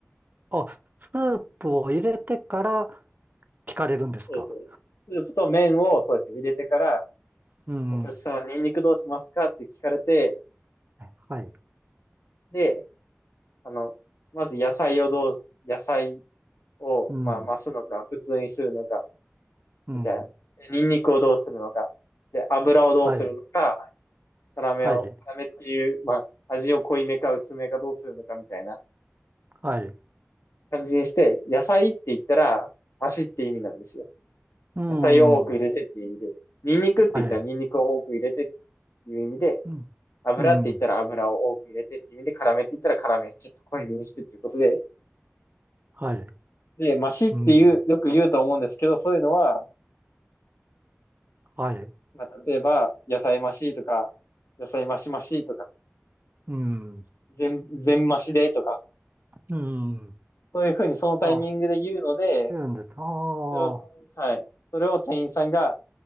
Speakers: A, on the right; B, on the left.
A: あ、スープを入れてから聞かれるんですか
B: そうですね。スープと麺を、そうですね、入れてから、
A: うん。
B: お客さん、ニンニクどうしますかって聞かれて、
A: はい。
B: で、あの、まず野菜をどう、野菜を、
A: うん。
B: まあ、増すのか、普通にするのか、
A: うん。
B: みたいな。ニンニクをどうするのか、で、油をどうするのか、
A: はい。
B: 辛めを、
A: はい。
B: 辛めっていう、まあ、味を濃いめか薄めかどうするのかみたいな
A: はい。
B: 感じにして、野菜って言ったら、足って意味なんですよ。
A: うん。
B: 野菜を多く入れてっていう意味で、
A: は
B: ニンニクって言ったらニンニクを多く入れてっ
A: い。
B: ていう意味で、
A: うん。
B: 油って言ったら油を多く入れてっていう意味で、
A: うん。
B: 辛めって言ったら辛め、ちょっと濃いめにしてっていうことで、
A: はい。
B: で、マシっていう、
A: うん。
B: よく言うと思うんですけど、そういうのは、
A: はい。
B: まあ、例えば、野菜マシとか、野菜マシマシとか、
A: うん。
B: 全、全マシでとか、
A: うん。
B: そういうふうにそのタイミングで言うので、
A: あ、そうなんです。ああ。
B: それを、はい。それを店員さんが、